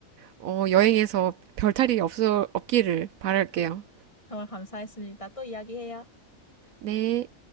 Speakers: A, on the right (about 75°); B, on the left (about 25°).
A: 어, 여행에서 별탈이 없어, 없기를 바랄게요.
B: 정말 감사했습니다. 또 이야기해요.
A: 네.